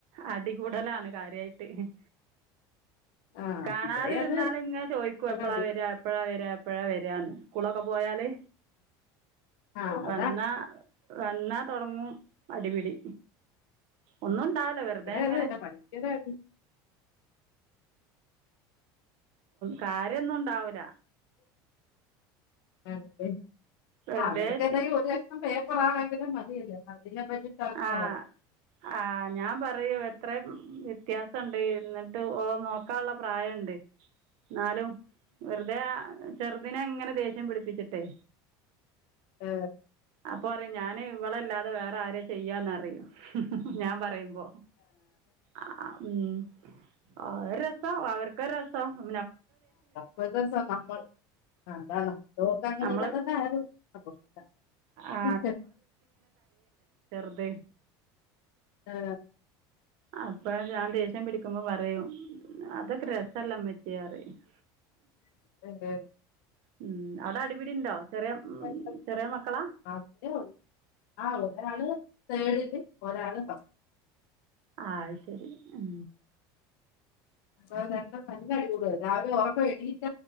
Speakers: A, on the right; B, on the left.
A: അടികൂടലാണ് കാര്യമായിട്ട് <unintelligible>
B: ആ
A: കാണാതെ
B: ഇവിടെ
A: ഇരുന്നാലും
B: അത്
A: ഇങ്ങെ ചോയ്ക്കും എപ്പഴാ
B: എടി
A: വര എപ്പഴാ വര എപ്പോഴാ വരന്ന് സ്കൂളൊക്കെ പോയാല്
B: ആ അതാണ്
A: എന്ന വന്നാ തുടങ്ങും അടിപിടി ഒന്നും
B: ഇവിടേത്
A: ഉണ്ടാവില്ല വെറുതെ ഇങ്ങനെ
B: തന്നെ പഠിക്കലാണ്
A: കാര്യന്നും ഉണ്ടാവൂല
B: <unintelligible>
A: വെറുതെ
B: ആ അവർക്ക് എന്തെങ്കിലും ഒരു കഷണം പേപ്പർ ആണെങ്കിലും മതിയല്ലോ അതിനെപ്പറ്റി തർക്കാവും
A: ആ ആ ഞാൻ പറയൂന്ന അത്രയും വ്യത്യാസ ണ്ടേ എന്നിട്ട് ഓ നോ അത്ര ഉള്ള പ്രായം ഉണ്ട് എന്നാലും വെറുതെ ആ ചെറുതിനെ എങ്ങനെ ദേഷ്യം പിടിപ്പിച്ചിട്ടെ
B: ആ
A: അപ്പോ ഞാന് ഇവളല്ലാതെ വേറെ ആര് നറയും ഞാൻ പറ യുമ്പേ ആ ഉം ആ രസം അവർ ക്കെ രസാണ്
B: അപ്പസ നമ്മൾ ആ അതാണ് നോക്കൻ കഴിയില്ലാത്ത
A: നമ്മൾ
B: കൊണ്ടാണ് അപ്പം പി
A: ആ ദേ
B: ആ
A: അപ്പ ഞാൻ ദേ വിളിക്കുമ്പോ പറയും അതൊക്കെ രസല്ലേമ്മച്ചിയെ പറയും <inaudible>
B: <unintelligible>
A: ഉം അവിടെ അടിപിടി ഉണ്ടോ ചെറിയ ഉം,
B: <unintelligible>
A: ചെറിയ മക്കളാണ്
B: ആ ഉള്ള ആ ഒരാള് തേടില് ഒരാള് ഫസ്റ്റ്
A: ആ അത് ശരി ഉം
B: ആ രണ്ടും നല്ല അടി കൂടും രാവിലെ ഇപ്പം എണിറ്റ